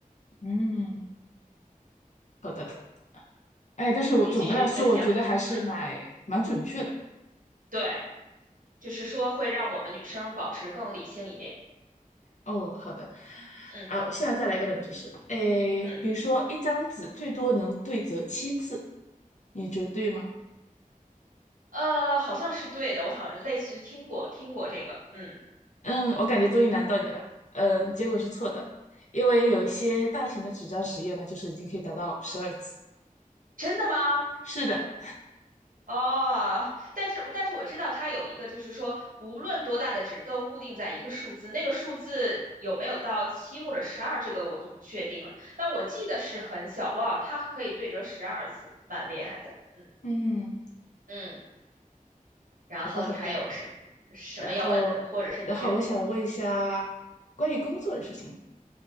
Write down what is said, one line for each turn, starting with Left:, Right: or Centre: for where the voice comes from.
Left: 嗯，好的，哎，但是我总的来说，
Right: 你继续分享。
Left: 我觉得还是蛮蛮准确的。
Right: 嗯，对，就是说会让我们女生保持更理性一点。
Left: 哦，好的，
Right: 嗯
Left: 啊，我现在再来一个冷知识，哎，
Right: 嗯，
Left: 比如说一张纸最多能对折七次，你觉得对吗？
Right: 呃，好像是对的，我好像类似于听过听过这个。嗯，
Left: 嗯，我感觉终于难到你了。嗯，结果是错的，因为有一些大型的纸张实验呢，就是已经可以达到十二次。
Right: 真的吗？
Left: 是的，
Right: 哦，但是但是我知道它有一个，就是说无论多大的纸都固定在一个数字，那个数字有没有到七或者十二，这个我就不确定了。但我记得是很小，哇，它可以对折十二次，蛮厉害的。嗯
Left: 嗯，
Right: 嗯，然后你还有什么什么要问的，
Left: 好的，好的。然后，
Right: 或者是你觉
Left: 然后我想问一下关于工作的事情。